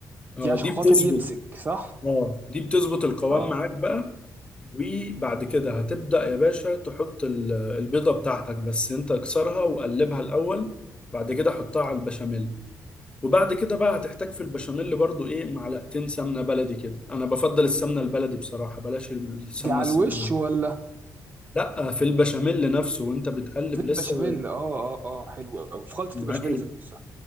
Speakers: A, on the left; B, on the right.
A: اه
B: دي عشان
A: دي
B: خاطر
A: بتظبط
B: يمسك صح
A: اه دي بتظبط القوام
B: اه
A: معاك بقى وبعد كده هتبدأ يا باشا تحط ال- البيضة بتاعتك بس انت اكسرها وقلبها الاول بعد كده حطها على البشاميل وبعد كده بقى هتحتاج في البشاميل برضو ايه معلقتين سمنه بلدي كده انا بفضل السمنه البلدي بصراحه بلاش السمنه
B: دي على
A: الصينيه
B: الوش ولا
A: لا في البشاميل نفسه وانت بتقلب
B: في
A: لسه
B: البشاميل اه اه اه حلو قوي في خلطه
A: معاك
B: البشاميل
A: ال...
B: ذات نفسها